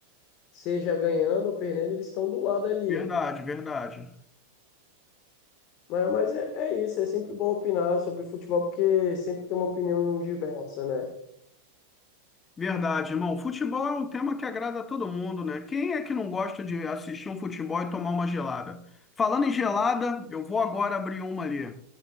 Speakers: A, on the left; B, on the left.
A: seja ganhando ou perdendo, eles estão do lado ali.
B: Verdade, verdade.
A: Mas, mas é, é isso, é sempre bom opinar sobre futebol, porque sempre tem uma opinião diversa, né?
B: Verdade, irmão. Futebol é um tema que agrada a todo mundo, né? Quem é que não gosta de assistir um futebol e tomar uma gelada? Falando em gelada, eu vou agora abrir uma ali.